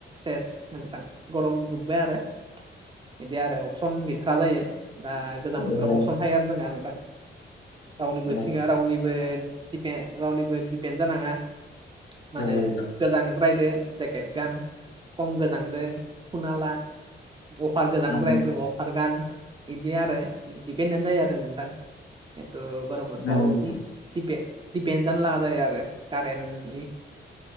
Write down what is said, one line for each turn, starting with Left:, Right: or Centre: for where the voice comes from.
Right: सेस नोंथां गरम जोब्बाय आरो बिदि आरो अपसन गैथ्रा जायो दा
Left: नंगौ
Right: गोजां बोथोराव अपसन थायो आरो जोंहा नोंथां रावनिबो
Left: नंगौ
Right: सिङा रावनि दिपेन रावनिबो दिपेन जानाङा मानो
Left: नोंथां
Right: गोजांद्रायदो जेकेट गान खम गोजांदो खुना ला अफार गोजांद्रायदो
Left: नंगौ नंगौ
Right: अफार गान बिदि आरो दिपेनडेट जायो आरो नोंथां खिन्थु गरम बोथोराव
Left: नोंथां
Right: दि दिपे दिपेन जानला जायो आरो कारेन्टनि